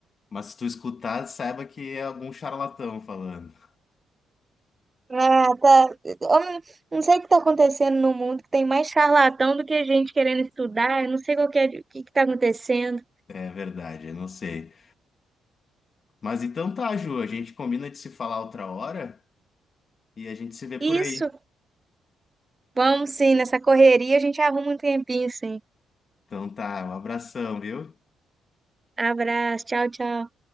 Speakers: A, on the left; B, on the right.
A: mas se tu escutar, saiba que é algum charlatão falando.
B: Ah, tá. Eu não não sei o que está acontecendo no mundo, que tem mais charlatão do que gente querendo estudar. Eu não sei qual que é, o que está acontecendo.
A: É verdade, eu não sei. Mas então tá, Ju, a gente combina de se falar outra hora e a gente se vê por
B: Isso,
A: aí.
B: vamos sim, nessa correria a gente arruma um tempinho, sim.
A: Então tá, um abração, viu?
B: Abraço, tchau, tchau.